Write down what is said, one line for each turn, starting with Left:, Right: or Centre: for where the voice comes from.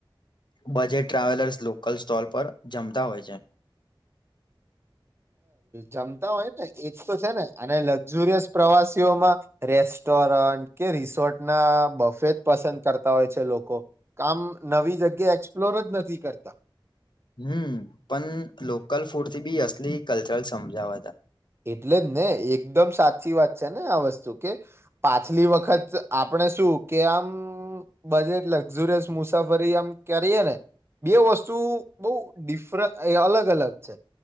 Left: બજેટ ટ્રાવેલર્સ લોકલ સ્ટોલ પર જમતા હોય છે.
Right: જમતા હોય ને એજ તો છે ને અને લક્ઝુરિયસ પ્રવાસીઓમાં રેસ્ટોરન્ટ કે રિસોર્ટ ના બફેટ પસંદ કરતા હોય છે. છે લોકો કામ નવી જગ્યા એક્સપ્લોર જ નથી કરતા
Left: હમ પણ લોકલ ફૂડથી બી અસલી કલ્ચરલ સમજાવાવ હતા
Right: એટલે જ ને એકદમ સાચી વાત છે ને આ વસ્તુ કે પાછલી વખત આપણે શું કે આમ બજેટ લક્ઝુરિયસ મુસાફરી આમ કરીએ ને બે વસ્તુ બઉ ડિફર અલગ અલગ છે